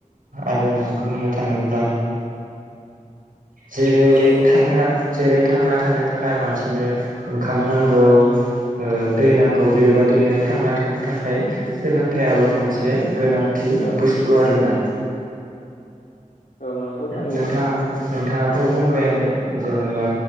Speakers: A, on the right; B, on the left.
A: आरोना बुंनो थाङोब्ला। जेरै
B: औ
A: थांना जेरै थांना थानो थाखाय मानसिनो ओंखाम नांगौ। ओ दै नांगौ बेबादिनो थांना थानो थाखाय सोलोंथाइाबो मोनसे गोनांथि
B: औ
A: बुस्थु आरोना।
B: औ नंगौ थारैनो
A: नोंथाङा-नोंथाङाथ' बुंबायानो जेनेबा